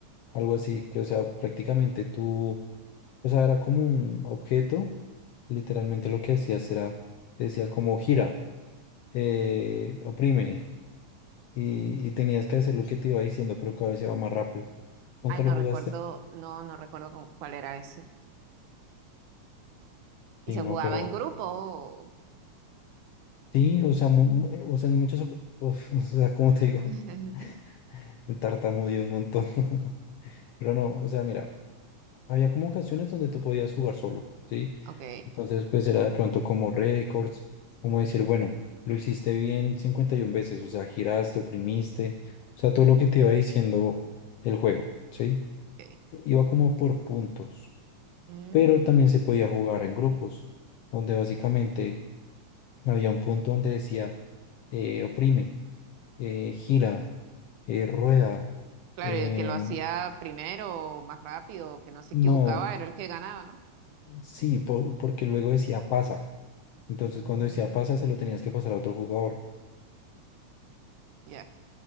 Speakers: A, on the left; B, on the right.
A: algo así, que o sea, prácticamente tú, o sea, era como un objeto. Literalmente lo que hacías era, decía como gira, eh, oprime, y, y tenías que hacer lo que te iba diciendo, pero cada vez iba más rápido. ¿Nunca
B: Ay, no
A: lo jugaste?
B: recuerdo, no, no recuerdo con cuál era ese.
A: Sí,
B: Y se
A: no,
B: jugaba
A: pero.
B: en grupo.
A: Sí, o sea, mu- mu- eh, o sea, en muchas, oc- uf, <laughs> o sea, como te digo,
B: <laughs>
A: <laughs> me tartamudeé un montón, <laughs> pero no, o sea, mira, había como ocasiones donde tú podías jugar solo, ¿sí?
B: Ok,
A: Entonces, pues era de pronto como récords, como decir, bueno, lo hiciste bien 51 veces, o sea, giraste, oprimiste, o sea, todo lo que te iba diciendo el juego, ¿sí?
B: ok.
A: Iba como por puntos,
B: Mm,
A: pero también se podía jugar en grupos, donde básicamente había un punto donde decía, eh, oprime, eh, gira eh, rueda,
B: Claro,
A: eh,
B: y el que lo hacía primero, o más rápido, o que no se
A: no,
B: equivocaba, era el que ganaba, ¿no?
A: sí, por- porque luego decía pasa. Entonces
B: Mm,
A: cuando decía pasa se lo tenías que pasar a otro jugador.
B: ya.